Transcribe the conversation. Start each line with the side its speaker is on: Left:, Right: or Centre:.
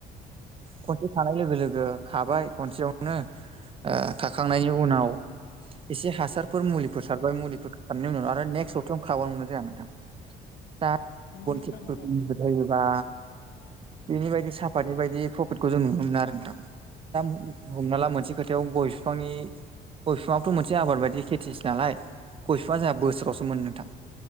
Right: खनसे खानाय लोगो लोगो खाबाय खनसेयावनो ओ खाखांनायनि उनाव एसे हासारफोर मुलि फोर सारबाय मुलिफोर सारनायनि उनाव आरो नेक्स सबथायावनो खाबावनो मोनो जोंहा नोंथां। दा <unintelligible>
Left: नंगौ
Right: फोर
Left: नोंथां
Right: मुलि
Left: नंगौ
Right: होद्रायोबा बिनि बायदि साफातनि बायदि प्रफिटखौ जों नुनो मोना आरो नोंथां। दा हमना ला मोनसे खोथायाव गय फिफांनि गय फिफाङाबोथ' मोनसे आबाद बायदि खेथि नालाय गय फिफाङा जोंहा बोसोरावसो मोनो नोंथां।